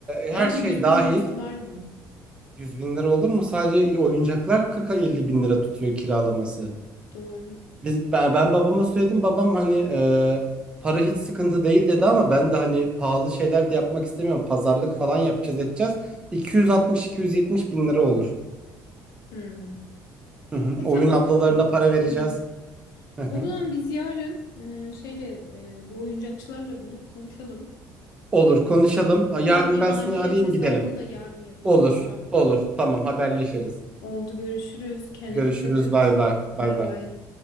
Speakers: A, on the right; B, on the left.
A: e, her
B: Bence
A: şey
B: 100
A: dahil
B: bin lirası var bunun.
A: yüz bin lira olur mu? Sadece oyuncaklar 40 elli bin lira tutuyor kiralaması.
B: Doğru.
A: Biz, ben, ben babama söyledim. Babam hani e, para hiç sıkıntı değil dedi ama ben de hani pahalı şeyler de yapmak istemiyorum. Pazarlık falan yapacağız edeceğiz. 260-270 bin lira olur.
B: Hmm.
A: Hı hı.
B: E tamam.
A: Oyun ablalarına para vereceğiz.
B: Tamam.
A: Hı hı.
B: O zaman biz yarın e, şeyle e, bu oyuncakçılarla bulup konuşalım.
A: Olur konuşalım. Ha, Yarın
B: Tam bir
A: ben
B: maliyet
A: seni arayayım
B: hesabını
A: gidelim.
B: da yarın yapalım.
A: Olur.
B: Tamam.
A: Olur. Tamam haberleşiriz.
B: Oldu görüşürüz. Kendine
A: Görüşürüz.
B: dikkat et.
A: Bay bay. Bay
B: Bay
A: bay.
B: bay.